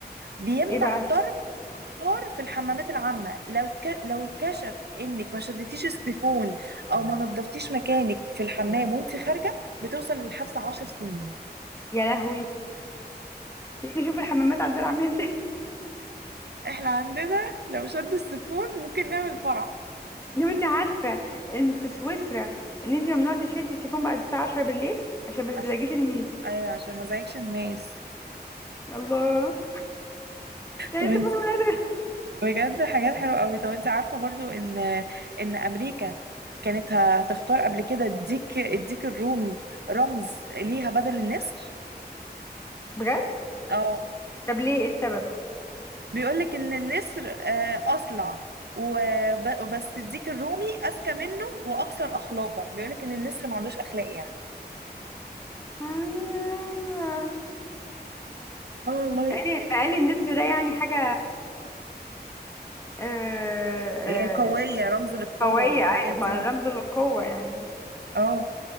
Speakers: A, on the right; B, on the left.
A: بيمنع
B: ايه بقى
A: ترك خار في الحمامات العامة لو اتك... لو اتكشف انك ما شدتيش السيفون او ما نظفتيش مكانك في الحمام وانت خارجة بتوصل للحبس عشر سنين
B: يا لهوي يجي شوف الحمامات عندنا عامله ازاي <laughs>
A: احنا عندنا لو شدوا السيفون ممكن نعمل فرح
B: لو انت عارفه ان في سويسرا ان انت ممنوع تشدي السيفون بعد الساعه 10 بالليل عشان ما تزعجيش
A: عشان
B: الناس
A: ايوه عشان ما ازعجش الناس
B: الله يعني
A: طب
B: سيبونا ولا ده.
A: بجد حاجات حلوة قوي طب انت عارفة برضو ان ان امريكا كانت هتختار قبل كده الديك الديك الرومي رمز ليها بدل النسر
B: بجد
A: اه
B: طب ليه ايه السبب
A: بيقولك ان النسر آه، اصلع وب- وبس الديك الرومي اذكى منه واكثر اخلاقا بيقولك ان النسر ما عندوش اخلاق يعني
B: آه.
A: اه والله
B: مع ان مع إن النسر ده يعني حاجه آه،
A: آه، قوية
B: آه،
A: رمز للقوة
B: قويه
A: والحاجات
B: أي- ما
A: دي
B: رمز للقوه يعني
A: اه